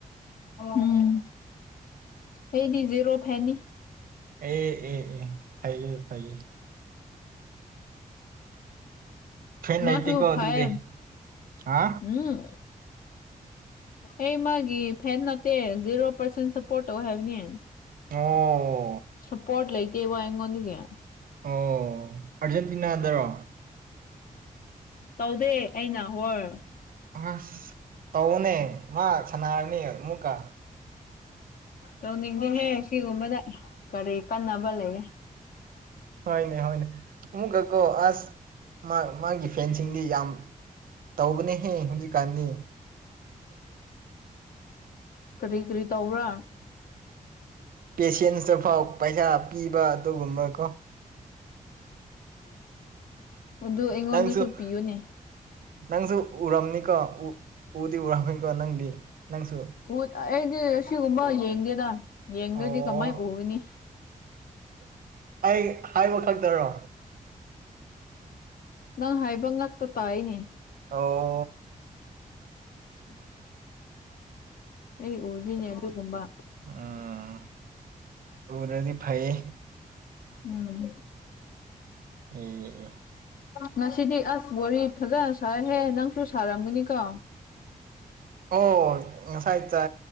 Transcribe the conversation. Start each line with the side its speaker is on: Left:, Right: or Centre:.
Left: ꯎꯝ ꯑꯩꯗꯤ ꯖꯦꯔꯣ ꯐꯦꯟꯅꯤ
Right: ꯑꯦ ꯑꯦ ꯑꯦ ꯐꯩꯌꯦ ꯐꯩꯌꯦ ꯐꯦꯟ
Left: ꯃꯥꯁꯨ
Right: ꯂꯩꯇꯦꯀꯣ
Left: ꯐꯥꯏꯌ‌ꯦ
Right: ꯑꯗꯨꯗꯤ ꯍꯥ
Left: ꯎꯝ ꯑꯩ ꯃꯥꯒꯤ ꯐꯦꯟ ꯅꯠꯇꯦ ꯖꯦꯔꯣ ꯄꯥꯔꯁꯦꯟ ꯁꯞꯄꯣꯔꯠ ꯇꯧ ꯍꯥꯏꯕꯅꯦ
Right: ꯑꯣ
Left: ꯁꯄꯣꯠ ꯂꯩꯇ‌ꯦꯕ ꯑꯩꯉꯣꯟꯗꯒꯤ
Right: ꯑꯣ ꯑꯥꯔꯖꯦꯟꯇꯤꯅꯥꯗꯔꯣ
Left: ꯇꯧꯗꯦ ꯑꯩꯅ ꯍꯣꯔ
Right: ꯑꯁ ꯇꯧꯋ‌ꯣꯅꯦ ꯃꯥ ꯁꯅꯥꯔꯅꯤ ꯑꯃꯨꯛꯀ
Left: ꯇꯧꯅꯤꯡꯉꯍꯦ ꯁꯤꯒꯨꯝꯕꯗ ꯀꯔꯤ ꯀꯟꯅꯕ ꯂꯩꯌꯦ
Right: ꯍꯣꯏꯅꯦ ꯍꯣꯏꯅꯦ ꯑꯃꯨꯛꯀꯛꯀꯣ ꯑꯁ ꯃꯥ ꯃꯥꯒꯤ ꯐꯦꯟꯁꯤꯡꯗꯤ ꯌꯥꯝ ꯇꯧꯕꯅꯦ ꯍꯦ ꯍꯧꯖꯤ ꯀꯥꯟꯅꯤ
Left: ꯀꯔꯤ ꯀꯔꯤ ꯇꯧꯕ꯭ꯔꯥ
Right: ꯄꯦꯁꯦꯟꯁꯇꯐꯥꯎ ꯄꯩꯁꯥ ꯄꯤꯕ ꯑꯗꯨꯒꯨꯝꯕ ꯀꯣ
Left: ꯑꯗꯨ ꯑꯩꯉꯣꯟꯗꯁꯨ
Right: ꯅꯪꯁꯨ
Left: ꯄꯤꯌꯨꯅꯦ
Right: ꯅꯪꯁꯨ ꯎꯔꯝꯅꯤꯀꯣ ꯎꯗꯤ ꯎꯔꯝꯃꯅꯤꯀꯣ ꯅꯪꯗꯤ ꯅꯪꯁꯨ
Left: ꯎ ꯑꯩꯗꯤ ꯑꯁꯤꯒꯨꯝꯕ ꯌꯦꯡꯗꯦꯗ ꯌꯦꯡꯗꯣꯏꯗꯤ
Right: ꯑꯣ
Left: ꯀꯃꯥꯏꯅ ꯎꯒꯅꯤ
Right: ꯑꯩ ꯍꯥꯏꯕ ꯈꯛꯇꯔꯣ
Left: ꯅꯪ ꯍꯥꯏꯕ ꯉꯥꯛꯇ ꯇꯥꯏꯅꯦ
Right: ꯑꯣ
Left: ꯎꯝ <unintelligible> ꯑꯩ ꯎꯗꯤꯅꯦꯗꯨꯒꯨꯝꯕ
Right: ꯎꯝ ꯎꯔꯗꯤ ꯐꯩꯌꯦ
Left: ꯎꯝ
Right: ꯑꯝ
Left: ꯉꯁꯤꯗꯤ ꯑꯁ ꯋꯥꯔꯤꯕ ꯐꯖꯅ ꯁꯥꯏꯍꯦ ꯅꯪꯁꯨ ꯁꯥꯔꯝꯒꯅꯤꯀꯣ
Right: ꯑꯣ ꯉꯁꯥꯏ ꯆꯥ